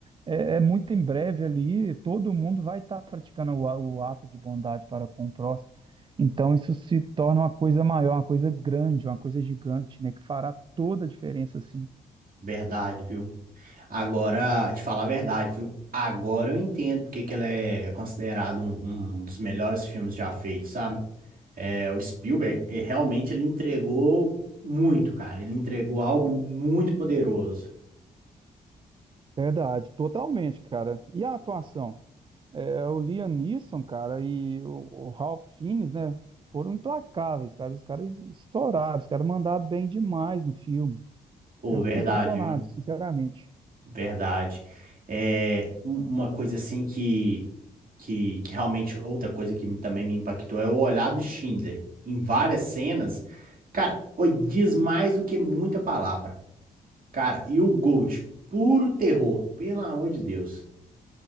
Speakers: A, on the right (about 25°); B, on the right (about 50°).
A: É, é muito em breve ali, todo mundo vai estar praticando o, a- o ato de bondade para com o próximo. Então, isso se torna uma coisa maior, uma coisa grande, uma coisa gigante, né? Que fará toda a diferença, assim.
B: verdade, viu? Agora, te falar a verdade, viu? Agora eu entendo porque que ele é considerado um, um dos melhores filmes já feitos, sabe? É, o Spielberg, ele, realmente ele entregou muito, cara. Ele entregou algo muito poderoso.
A: Verdade, totalmente, cara. E a atuação? É, o Liam Neeson, cara, e o, o Ralph Fiennes, né? Foram implacáveis, cara. Os caras estouraram, os caras mandaram bem demais no filme.
B: Ô,
A: Eu
B: verdade,
A: fiquei impressionado,
B: viu?
A: sinceramente.
B: Verdade. É, um- uma coisa assim que, que, que realmente, outra coisa que também me impactou é o olhar do Schindler. Em várias cenas, cara, oi, diz mais do que muita palavra. Cara, e o Gold, puro terror, pelo amor de Deus.